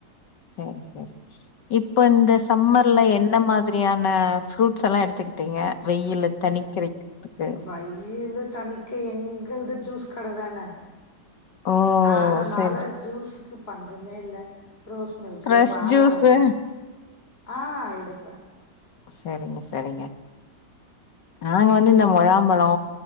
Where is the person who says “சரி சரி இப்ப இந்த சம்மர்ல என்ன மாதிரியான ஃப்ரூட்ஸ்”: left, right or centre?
Left